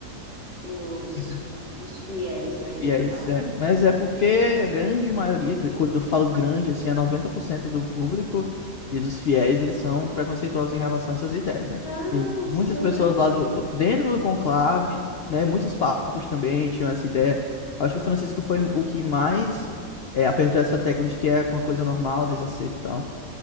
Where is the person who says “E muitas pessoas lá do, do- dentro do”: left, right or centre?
Left